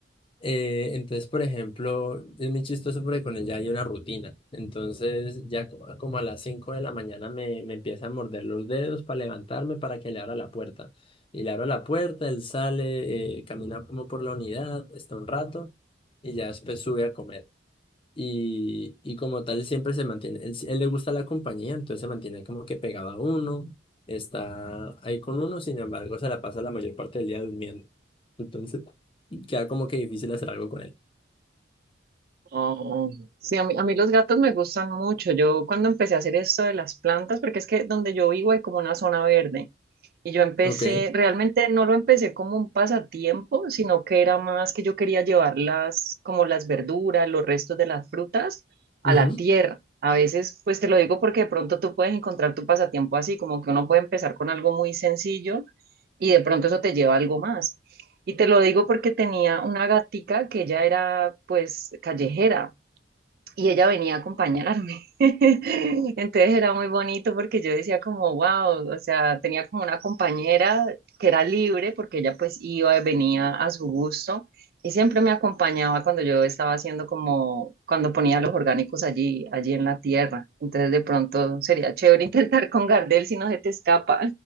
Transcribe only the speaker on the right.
Oh, sí, a mí, a mí los gatos me gustan mucho. Yo cuando empecé a hacer esto de las plantas, porque es que donde yo vivo hay como una zona verde. Y yo empecé,
realmente no lo empecé como un pasatiempo, sino que era más que yo quería llevar las, como las verduras, los restos de las frutas a
la tierra. A veces, pues te lo digo porque de pronto tú puedes encontrar tu pasatiempo así, como que uno puede empezar con algo muy sencillo y de pronto eso te lleva a algo más. Y te lo digo porque tenía una gatica que ella era pues callejera, y ella venía a acompañarme. <laughs> Entonces era muy bonito porque yo decía como, wow, o sea, tenía como una compañera que era libre porque ella pues iba y venía a su gusto y siempre me acompañaba cuando yo estaba haciendo como, cuando ponía los orgánicos allí, allí en la tierra. Entonces de pronto sería chévere <laughs> intentar con Gardel si no se te escapa.